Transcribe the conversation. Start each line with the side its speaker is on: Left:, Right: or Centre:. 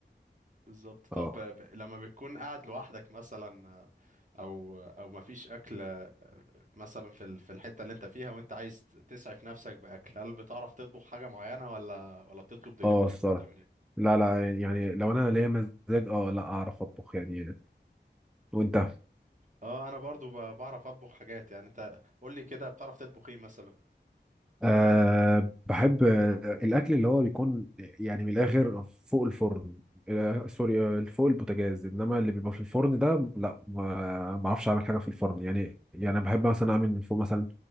Right: بالظبط طب
Centre: اه
Right: ب... لما بتكون قاعد لوحدك مثلا او او ما فيش اكل مثلا في ال... في الحته اللي انت فيها وانت عايز تسعف نفسك باكل هل بتعرف تطبخ حاجه معينه ولا ولا بتطلب دليفري
Centre: اه الصراحه
Right: ولا بتعمل ايه
Centre: لا لا يعني لو انا ليا مزاج اه لا اعرف اطبخ يعني وانت
Right: اه انا برضو ب... بعرف اطبخ حاجات يعني انت قول لي كده بتعرف تطبخ ايه مثلا
Centre: أه بحب آه، الأكل اللي هو بيكون يعني من الآخر فوق الفرن آه، سوري آه، فوق البوتاجاز إنما اللي بيبقى في الفرن ده لا ما بعرفش أعمل حاجة في الفرن يعني يعني بحب مثلا أعمل من فوق مثلا